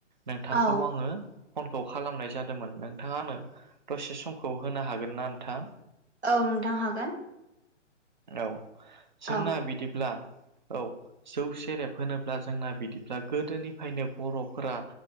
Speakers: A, on the right (about 40°); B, on the right (about 60°).
A: नोंथांखौ
B: औ
A: आङो फनखौ खालामनाय जादोंमोन नोंथाङा आंनो दसे समखौ होनो हागोन ना नोंथां?
B: औ नोंथां हागोन
A: औ जोंना
B: औ
A: बिदिब्ला औ जौ सेरेब होनोब्ला जोंना बिदिब्ला गोदोनिफ्रायनो बर'फोरा